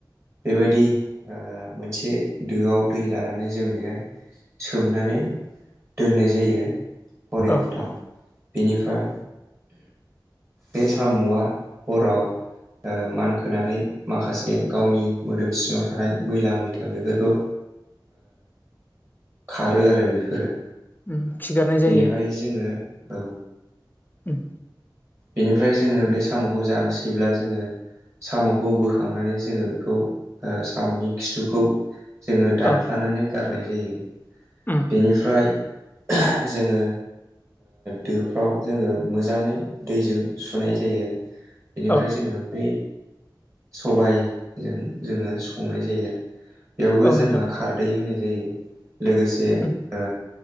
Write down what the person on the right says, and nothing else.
बेबायदि मोनसे दोआव दै लानानै जों बेहाय सोमनानै दोननाय जायो हरनै हरथाम
बेनिफ्राय बे साम'आ हराव मानखोनानै माखासे गावनि मोदोम सिङाव थानाय मैला मैथा बेफोरखौ खारो आरो बेफोरो
बेनिफ्राय जोङो औ
बेनिफ्राय जोङो बे साम'खौ जानोसैब्ला जोङो साम'खौ बोखांनानै जोङो बेखौ साम'नि खिथुखौ जोङो दानख्लानानै
गारनाय जायो
बेनिफ्राय जोङो दोफ्राव जोङो मोजाङै दैजों सुनाय जायो बेनिफ्राय
जोङो बै सबायजों जोङो संनाय जायो आरो बेयावबो
जोंहा
खारदै होनाय जायो लोगोसे
आ